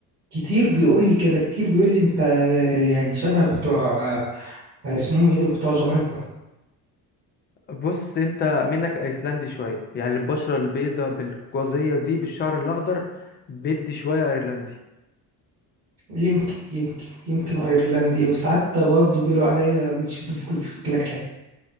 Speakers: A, on the right (about 90°); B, on the left (about 25°).
A: كتير بيقول لي كده كتير بيقول لي انت آه، يعني شبه بتوع آه، اسمهم ايه دول بتوع جامايكا
B: بص انت منك ايسلندي شويه يعني البشره البيضاء بالقوقازيه دي بالشعر الاخضر بدي شويه ايرلندي
A: يمكن يمكن يمكن ايرلندي وساعات برضه بيقولوا عليا بتشوف في كل- في كلاكلاك